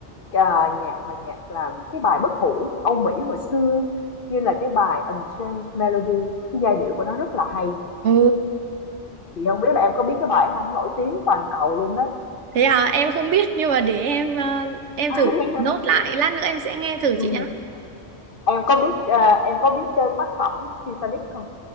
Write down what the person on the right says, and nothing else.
Ồ,
thế à em không biết nhưng mà để em à, em
thử nốt lại lát nữa em sẽ nghe thử
chị nhá.